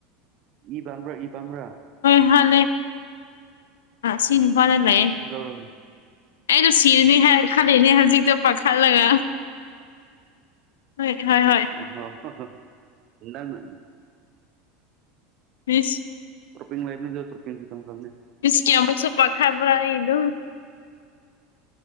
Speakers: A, on the right (about 50°); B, on the left (about 85°).
A: ꯏꯕꯝꯔ ꯏ ꯄꯝꯔꯥ
B: ꯂꯩ ꯍ ꯁꯤ ꯄ ꯊꯤꯔꯅꯤ
A: ꯀꯩꯁꯨ ꯂꯧꯔꯣꯏ
B: ꯍꯥꯏꯔ ꯈꯂꯅꯦ ꯍꯧꯖꯤꯛꯇꯣ ꯄꯥꯈꯠꯂꯒ ꯍꯣꯏ ꯍꯣꯏ ꯍꯣꯏ
A: ꯑꯣ ꯍꯣ ꯍ ꯍꯗ ꯃꯤ
B: ꯃꯤꯁ
A: ꯇ꯭ꯔꯣꯤꯡ ꯂꯥꯏ ꯇ꯭ꯔꯣꯅꯤ
B: ꯤꯁꯀꯤ ꯑꯃꯃꯨꯛꯁꯨ ꯄꯥ ꯈꯕ꯭ꯔ ꯏꯗ